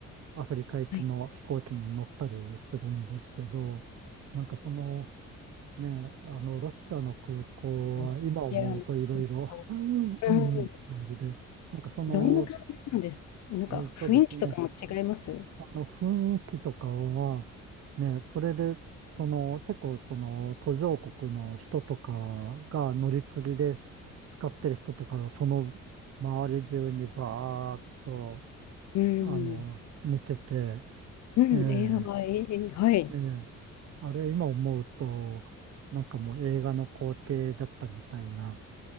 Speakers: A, on the right; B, on the left.
A: アフリカ行きの飛行機に乗ったりするんですけど、
B: はい。
A: なんかその、ねえ、あの、ロシアの空港は今思うといろいろ、
B: はい。いやあの空港。
A: <laughs> うんうん感じで、
B: うん。
A: なんかその、
B: どんな感じなんですかなんか雰囲気とかも違います
A: えっとですね、あの、雰囲気とかは、ね、それで、その、結構その、途上国の人とかが乗り継ぎで使ってる人とかが、その周り中にバーっと、
B: うん。
A: あの、寝てて、
B: うん。
A: ええ、
B: えー、はい。はい。
A: ええ、あれ今思うと、なんかもう映画の光景だったみたいな、